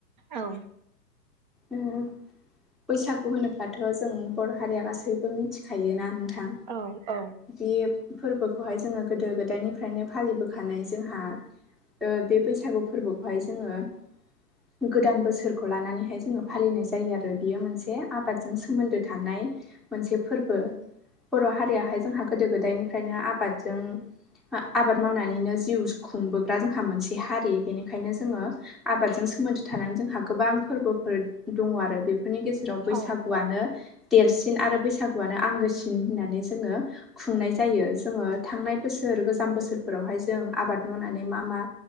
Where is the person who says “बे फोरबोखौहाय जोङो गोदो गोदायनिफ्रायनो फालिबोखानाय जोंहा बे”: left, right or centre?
Centre